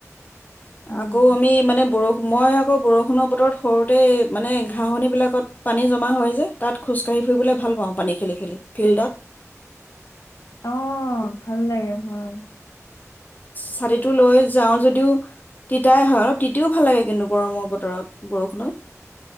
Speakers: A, on the left; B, on the left.
A: উম
B: আকৌ আমি মানে বৰষুণ মই আকৌ বৰষুণৰ বতৰত সৰু এ মানে ঘাঁহনি বিলাকত পানী জমা হয় যে তাত খোজকাঢ়ি ফুৰিবলৈ ভাল পাওঁ পানী খেলি খেলি ফিল্ডত
A: অঁঃ ভাল লাগে হয়
B: ছাতিটো লৈ যাওঁ যদিও তিতাই হয় তিতিও ভাল লাগে কিন্তু গৰমৰ বতৰত বৰষুণত